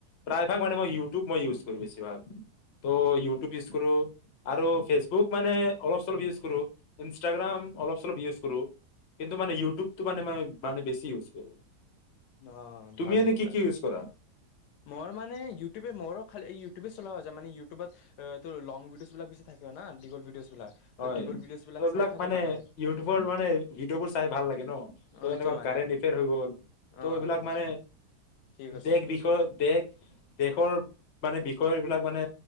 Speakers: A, on the left; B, on the left.
A: প্ৰায় ভাগ মানে মই ইউটিউব মই ইউজ কৰো বেছিভাগ। ত' ইউটিউব ই আৰু ফেচবুক মানে অলপ চলপ ইউজ কৰো। ইনষ্টাগ্ৰাম অলপ চলপ ইউজ কৰো। কিন্তু মানে ইউটিউবটো মানে ম মানে বেছি ইউজ কৰো।
B: অ
A: তুমি
B: ভালে
A: এনে
B: ত
A: কি কি ইউজ কৰা?
B: মোৰ মানে ইউটিউবে মোৰো খালী ইউটিউবে চলোৱা হৈ যায়। মানে ইউটিউবত তোৰ লংগ ভিডিওজবিলাক বেছি <unintelligible> দীঘল ভিডিওজ বিলাক
A: হয়।
B: ত দীঘল ভিডিঅ'জ বিলাক
A: ত' এইবিলাক
B: চাই থাকো
A: মানে ইউটিউবৰ
B: অ
A: মানে ভিডিঅ'বোৰ চাই ভাল লাগে ন। ত'এনেকুৱা
B: অ এইটো মানে
A: কাৰে হৈ গ'ল। ত'
B: অ
A: এইবিলাক
B: অ
A: মানে
B: ঠিক কৈছা
A: দেশ বিষয়ত দেশ দেশৰ মানে বিষয় এই বিলাক মানে